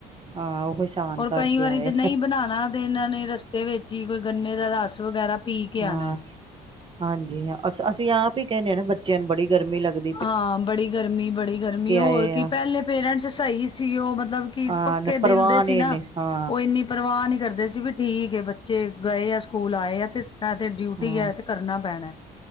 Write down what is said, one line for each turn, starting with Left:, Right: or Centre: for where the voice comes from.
Right: ਹਾਂ ਉਹ ਕੋਈ ਸਾਨ
Left: ਔਰ
Right: ਕਰਕੇ
Left: ਕਈ ਵਾਰੀ
Right: ਆਏ
Left: ਤੇ ਨਹੀਂ ਬਣਾਣਾ ਤੇ ਇਹਨਾਂ ਨੇ ਰਸਤੇ ਵਿੱਚ ਹੀ‌ ਕੋਈ ਗੰਨੇ ਦਾ ਰਸ ਵਗੈਰਾ ਪੀ ਕੇ
Right: ਹਾਂ
Left: ਆਣਾ।
Right: ਹਾਂਜੀ ਹਾਂ ਅ ਅਸੀਂ ਆਪ ਹੀ ਕਹਿਣੇ ਆ ਨਾ ਬੱਚਿਆਂ ਨੂੰ ਬੜੀ ਗਰਮੀ ਲੱਗਦ
Left: ਹਾਂ ਬੜੀ ਗਰਮੀ ਬੜੀ ਗਰਮੀ ਹੋਰ
Right: ਆਏ
Left: ਕੀ
Right: ਆ
Left: ਪਹਿਲੇ ਪੇਰੈਂਟਸ ਸਹੀ ਸੀ ਉਹ ਮਤਲਬ ਕੀ
Right: ਹਾਂ
Left: ਪੱਕੇ
Right: ਪਰਵਾਹ
Left: ਦਿਲ ਦੇ
Right: ਨੇ
Left: ਸੀ ਨਾ
Right: ਨੇ ਹਾਂ
Left: ਉਹ ਇੰਨੀ ਪਰਵਾਹ ਨਹੀਂ ਕਰਦੇ ਸੀ ਵੀ ਠੀਕ ਬੱਚੇ ਚੇ ਗਏ ਆ ਸਕੂਲ ਆਏ ਆ ਤੇ ਐ ਤੇ ਡਿਊਟੀ
Right: ਹਾਂ
Left: ਐ ਤੇ ਕਰਨਾ ਪੈਣਾ